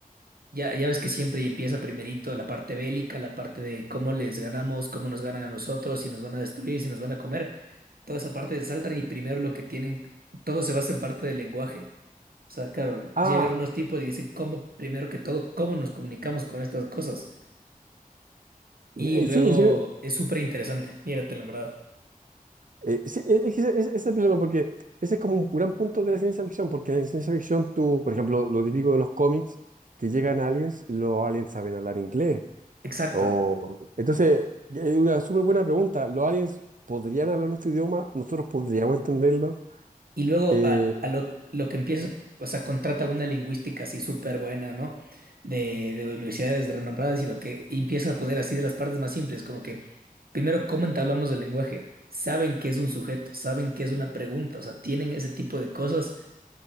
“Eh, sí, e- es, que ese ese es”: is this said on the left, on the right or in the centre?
Right